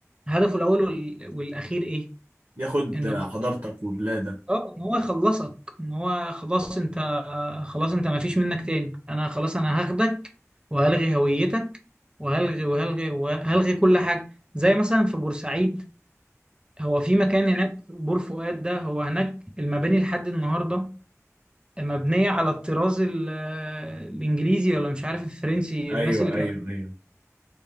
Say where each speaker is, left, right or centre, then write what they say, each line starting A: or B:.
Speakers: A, on the right; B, on the right.
A: هدفه الاول وال... والاخير ايه
B: ياخد
A: انه
B: حضارتك وبلادك
A: اه ان هو يخلصك ان هو خلاص انت خلاص انت ما فيش منك تاني انا خلاص انا هاخدك وهلغي هويتك وهلغي وهلغي وهلغي كل حاجه زي مثلا في بورسعيد هو في مكان هناك بور فؤاد ده هو هناك المباني لحد النهارده مبنية على الطراز ال- آه، الإنجليزي ولا مش عارف الفرنسي
B: ايوه
A: الناس اللي كانت
B: ايوه ايوه